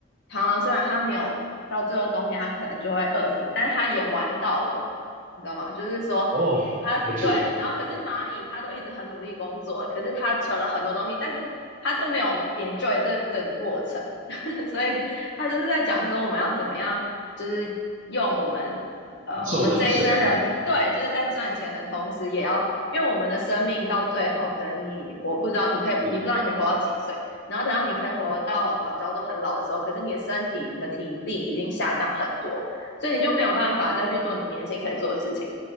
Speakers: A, on the left; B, on the right.
A: 螳螂虽然它没有到最后冬天它可能就会饿死，但是它也玩到了，你知道吗？就是说它对，
B: 哦，了解，
A: 然后可是蚂蚁它都一直很努力工作，可是它存了很多东西，但是它都没有 enjoy 这整个过程，<laughs> 所以它就是在讲说我们要怎么样，就是用我们。呃，
B: 感受人生。
A: 我们这一生人，对，就是在赚钱的同时，也要，因为我们的生命到最后，可能你活不知道，你可以，
B: 嗯，
A: 你不知道你可以活到几岁，然后等到你可以活到早教都很老的时候，可是你的身体、你的体力已经下降很多，所以你就没有办法再去做你年轻可以做的事情。